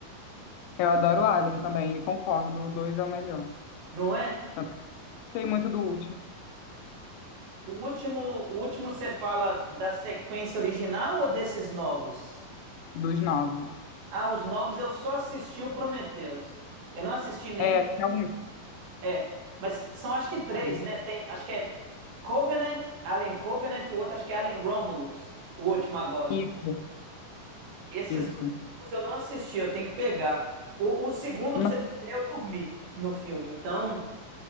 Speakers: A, on the left; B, on the right.
A: eu adoro Alien também, e concordo, o 2 é o melhor.
B: Não é?
A: Também gostei muito do último,
B: O último, o último você fala da sequência original ou desses novos?
A: dos novos.
B: Ah, os novos eu só assisti o Prometheus. Eu não assisti nem
A: É,
B: o.
A: é muito
B: É, mas são acho que três,
A: bom.
B: né? Tem, acho que é Covenant, Alien Covenant e o outro acho que é Alien Romulus, o último agora.
A: Isso,
B: Esses
A: isso.
B: dois últimos eu não assisti, eu tenho que pegar. O, o segundo,
A: Não,
B: pra você ter ideia, eu dormi no filme. Então,